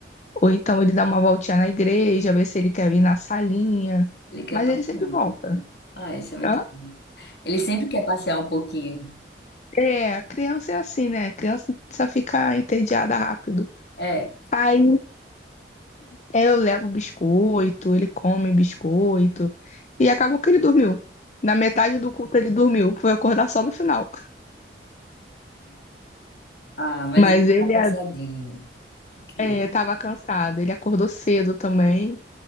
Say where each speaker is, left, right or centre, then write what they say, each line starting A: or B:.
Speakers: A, on the left; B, on the left.
A: ou então ele dá uma voltinha na igreja, vê se ele quer ir na salinha,
B: Ele quer
A: mas
B: passear
A: ele sempre
B: um
A: volta.
B: pouquinho. Ah, isso é muito
A: Hã?
B: bom. Ele sempre quer passear um pouquinho.
A: É, a criança é assim, né? A criança precisa ficar entediada rápido.
B: É.
A: Aí eu levo biscoito, ele come biscoito, e acabou que ele dormiu. Na metade do culto ele dormiu, foi acordar só no final.
B: Ah, mas
A: Mas
B: ele
A: ele
B: tá cansadinho. Eu queria-
A: é, tava cansado, ele acordou cedo também.